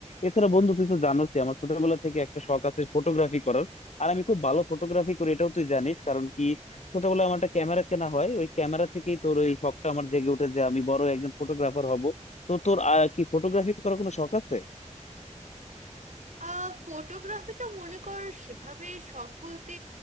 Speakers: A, on the left (about 65°); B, on the right (about 75°).
A: এছাড়া বন্ধু তুই তো জানোস যে আমার ছোটবেলা থেকে একটা শখ আছে ফটোগ্রাফি করার আর আমি খুব ভালো ফটোগ্রাফি করি এটাও তুই জানিস কারণ কি ছোটবেলায় আমার একটা ক্যামেরা কেনা হয় ওই ক্যামেরা থেকেই তোর ওই শখটা আমার জেগে উঠে যে আমি বড় একজন ফটোগ্রাফার হব তো তোর আহ, কি ফটোগ্রাফি করার কোনো শখ আছে
B: আহ ফটোগ্রাফি তো মনে কর সেভাবে শখ বলতে